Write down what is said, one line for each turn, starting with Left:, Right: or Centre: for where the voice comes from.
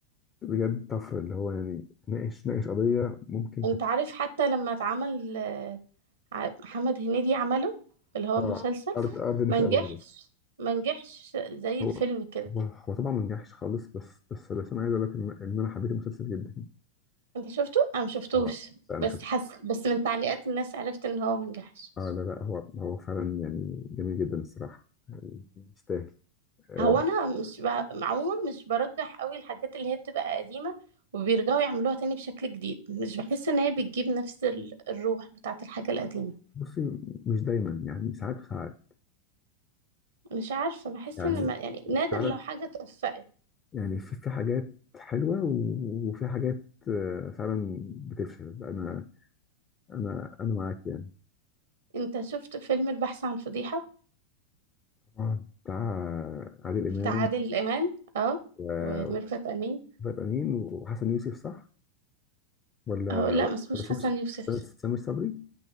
Left: بجد طفرة اللي هو يعني ناقش ناقش قضية ممكن
Right: انت
Left: تكون
Right: عارف حتى لما اتعمل آه، ع- محمد هنيدي عمله اللي هو
Left: آه
Right: مسلسل
Left: أرض أرض النفاق
Right: ما نجحش
Left: برضه
Right: ما نجحش زي الفيلم
Left: هو
Right: كده
Left: هو هو طبعا ما نجحش خالص بس بس بس أنا عايز أقول لك إن إن أنا حبيت المسلسل جدا
Right: انت شفته انا ما شفتوش
Left: آه لا أنا
Right: بس
Left: شفت
Right: حس بس من تعليقات الناس عرفت ان هو ما نجحش
Left: آه لا لا هو هو فعلا يعني جميل جدا الصراحة آه، يستاهل آه،
Right: هو انا مش ب... عموما مش برجح قوي الحاجات اللي هي بتبقى قديمه وبيرجعوا يعملوها تاني بشكل جديد مش بحس ان هي بتجيب نفس ال- الروح بتاعت الحاجه القديمه
Left: بصي مش دايما يعني ساعات وساعات
Right: مش عارفه بحس
Left: يعني
Right: ان ما... يعني نادر
Left: فعلا
Right: لو حاجه اتوفقت
Left: يعني في في حاجات حلوة و- وفي حاجات آه، فعلا بتفشل أنا أنا أنا معاك يعني
Right: انت شفت فيلم البحث عن فضيحه
Left: طبعا بتاع عادل إمام
Right: بتاع عادل امام اه
Left: و-
Right: وميرفت امين
Left: وفؤاد أمين وحسن يوسف صح ولا
Right: اه لا ما اسموش
Left: ولا سامي
Right: حسن يوسف
Left: بس سامي صبري